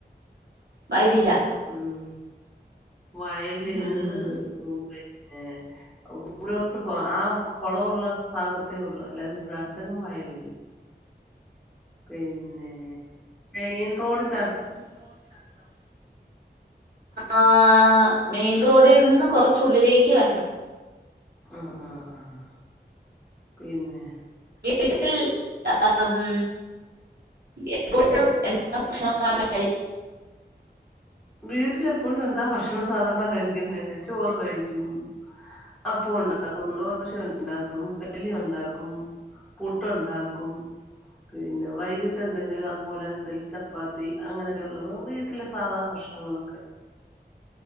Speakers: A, on the right; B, in the centre.
A: വയലില്ല
B: ഉം വയല്
A: ഉം
B: ഉം പിന്നെ ദൂരോട്ട് പോ ആഹ് കൊളവുള്ള ഭാഗത്തെ ഉള്ളു അല്ലാതെ ഇവടെ അടുത്തെങ്ങും വയലില്ല പിന്നെ മെയിൻ റോഡിന്റട്
A: <inaudible> ആഹ് മെയിൻ റോഡിൽ നിന്ന് കുറച്ചുള്ളിലേക്ക് വരണം
B: ആഹ് ആഹ് ആഹ് പിന്നെ
A: വീട്ടിൽ ആഹ് എപ്പോഴും എന്ത് ഭക്ഷണമാണ് കഴിക്കുന്നത്
B: വീട്ടില് എപ്പഴും എന്താ ഭക്ഷണം സാധാരണ കഴിക്ക്ന്നേ ചോറ് കഴിക്കും അപ്പോണ്ട ണ്ടാക്കും ദോശയുണ്ടാക്കും ഇഡ്ഡലി ഉണ്ടാക്കും പുട്ടുണ്ടാക്കും പിന്നെ വൈകിട്ട് എന്തെങ്കിലു അത്പോലെ എന്തെലും ചപ്പാത്തി അങ്ങനൊക്ക ഒള്ളത് വീട്ട്ലെ സാധാ ഭക്ഷണം പ്പങ്ങളൊക്കേണ്